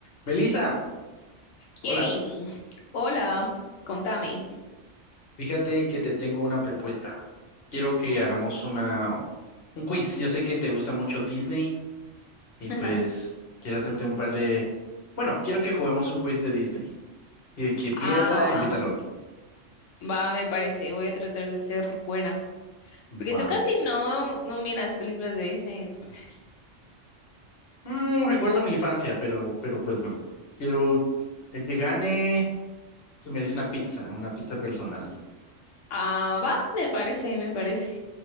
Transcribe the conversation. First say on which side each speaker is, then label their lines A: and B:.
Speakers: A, on the left; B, on the left.
A: Melissa, hola,
B: Kevin, hola, contame.
A: fíjate que te tengo una propuesta. Quiero que hagamos una, un quiz. Yo sé que te gusta mucho Disney y
B: <laughs>
A: pues quiero hacerte un par de... Bueno, quiero que juguemos un quiz de Disney. Y el que pierda,
B: Ah,
A: invita al otro.
B: va, va, me parece, voy a tratar de ser buena.
A: Va.
B: Porque tú casi no, no miras películas de Disney, entonces.
A: Mm, recuerda mi infancia, pero, pero pues no. Quiero el que gane se merece una pizza, una pizza personal.
B: Ah, va, me parece, me parece.